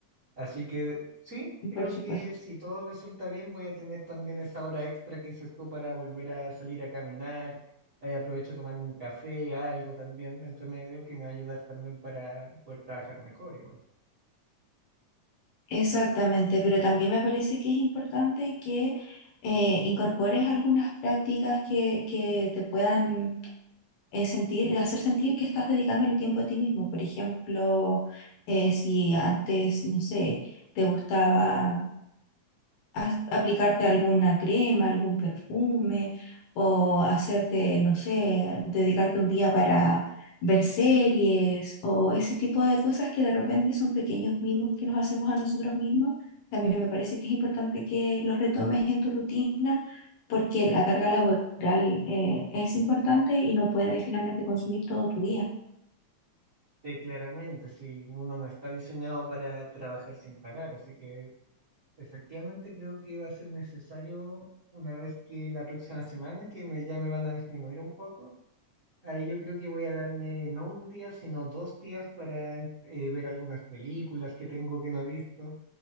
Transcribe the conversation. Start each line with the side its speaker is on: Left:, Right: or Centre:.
Right: Así que sí, creo
Left: Por supuesto.
Right: que si todo resulta bien, voy a tener también esa hora extra que dices tú para volver a salir a caminar. Eh, aprovecho de tomarme un café, algo también entre medio que me va a ayudar también para poder trabajar mejor igual.
Left: Exactamente, pero también me parece que es importante que eh, incorpores algunas prácticas que, que te puedan eh, sentir, hacer sentir que estás dedicándole tiempo a ti mismo. Por ejemplo, eh, si antes, no sé, te gustaba as- aplicarte alguna crema, algún perfume, o hacerte, no sé, dedicarte un día para ver series, o ese tipo de cosas que de repente son pequeños mimos que nos hacemos a nosotros mismos. También me parece que es importante que los retomes en tu rutina porque la carga laboral eh, es importante y no puedes finalmente consumir todo tu día.
Right: Eh, claramente, si uno no está diseñado para trabajar sin parar, así que... Efectivamente, creo que va a ser necesario una vez que la próxima semana, que me, ya me van a disminuir un poco, ahí yo creo que voy a darme no un día, sino dos días para em, eh, ver algunas películas que tengo que no he visto,